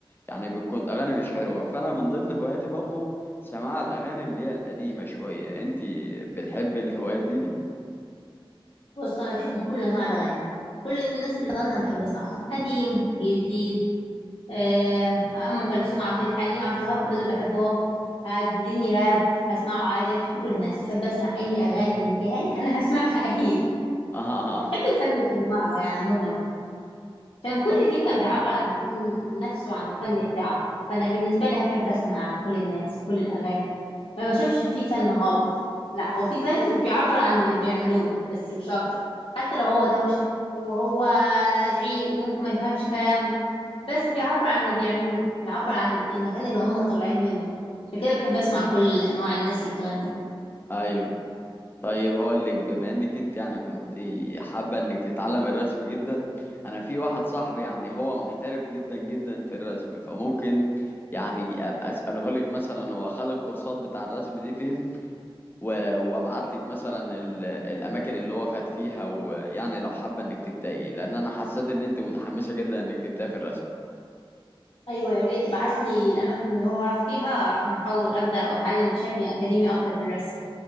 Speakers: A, on the left (about 25°); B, on the left (about 80°).
A: يعني بتكون اغاني مش حلوه فانا من ضمن هواياتي برضو سماع الاغاني اللي هي القديمه شويه انتي بتحبي الهوايات دي دي
B: بص أنا بحب كل أنواع الأغاني كل الناس اللي بتغني أنا بحب أسمعهم قديم جديد آه، ام كلثوم عبد الحليم عبد الوهاب كل دول بحبهم هتديني راب هسمعه عادي بحب كل الناس بحب اسمع اي اغاني تديها لي انا هسمعها <laughs> اكيد
A: <laughs> اه آه.
B: بحب الفن بانواعه يعني عموما كان كل
A: ط-
B: جيل كان بيعبر عن الفن- عن نفسه وعن الفن بتاعه فانا بالنسبه لي احب اسمع كل الناس كل الاغاني ما بشوفش فيه فن هابط لا هو في فن بيعبر عن اللي بيعملوه بس مش اكتر حتى لو هو دوشه وهو زعيق وممكن ما يفهمش كلامه بس بيعبر عن اللي بيعملوه بيعبر عن المكان اللي هم طالعين منه عشان كده بحب اسمع كل انواع الناس اللي بتغني
A: ايوه طيب هقول لك بما انك انت يعني كنت حابه انك تتعلم الرسم جدا انا في واحد صاحبي يعني هو محترف جدا جدا في الرسم فممكن يعني ابقى اساله لك مثلا هو خد الكورسات بتاع الرسم دي فين و- وابعت لك مثلا ال- الاماكن اللي هو خد فيها ويعني لو حابه انك تبداي لان انا حسيت ان انت متحمسه جدا انك تبداي في الرسم
B: ايوه يا ريت تبعت لي الاماكن اللي هو راح فيها عشان احاول ابدا واتعلم بشكل اكاديمي اكتر في الرسم